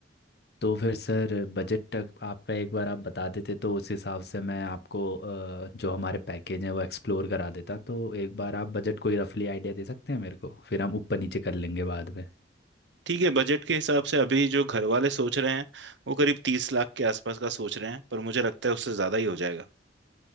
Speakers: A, on the left; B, on the right.
A: तो फिर सर बजट तक आपका एक बार आप बता देते तो उस हिसाब से मैं आपको अ, जो हमारे पैकेज हैं वो एक्सप्लोर करा देता तो एक बार आप बजट कोई रफली आइडिया दे सकते हैं मेरे को फिर हम ऊपर नीचे कर लेंगे बाद में
B: ठीक है बजट के हिसाब से अभी जो घर वाले सोच रहे हैं वो करीब तीस लाख के आसपास का सोच रहे हैं पर मुझे लगता है उससे ज्यादा ही हो जाएगा